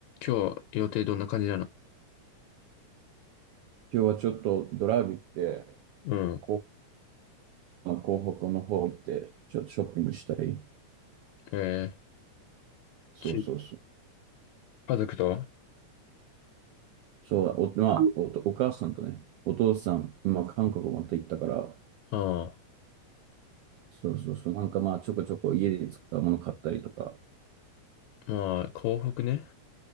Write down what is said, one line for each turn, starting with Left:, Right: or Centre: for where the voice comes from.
Left: 今日予定どんな感じなの
Right: 今日はちょっとドライブ行って、
Left: うん。
Right: こうあの広北の方行って、ちょっとショッピングしたり。
Left: えー、
Right: そうそうそう。
Left: き家族とあ
Right: そうだ、お、まあ、お、お母さんとね、お父さん、まあ、韓国また行ったから、
Left: あ、
Right: そうそうそう。なんかまあ、ちょこちょこ家で使うもの買ったりとか。
Left: まあ、港北ね。